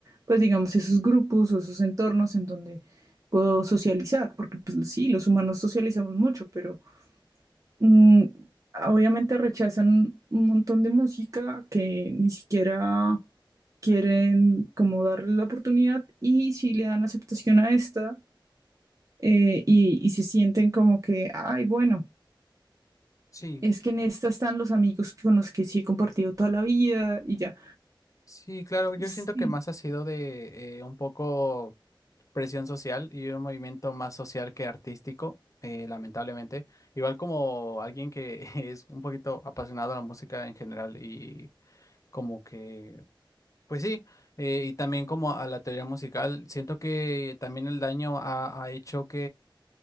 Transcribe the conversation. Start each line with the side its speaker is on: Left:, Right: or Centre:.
Right: pues digamos, esos grupos o esos entornos en donde puedo socializar. Porque pues sí, los humanos socializamos mucho, pero... Mm, obviamente rechazan un montón de música que ni siquiera quieren como darle la oportunidad y si le dan aceptación a esta eh, y, y se sienten como que, ay, bueno,
Left: Sí.
Right: es que en esta están los amigos con los que sí he compartido toda la vida y ya.
Left: Sí, claro, yo
Right: Sí,
Left: siento que más ha sido de eh, un poco presión social y un movimiento más social que artístico, eh, lamentablemente. Igual como alguien que <laughs> es un poquito apasionado a la música en general y como que, pues sí, eh, y también como a la teoría musical, siento que también el daño ha, ha hecho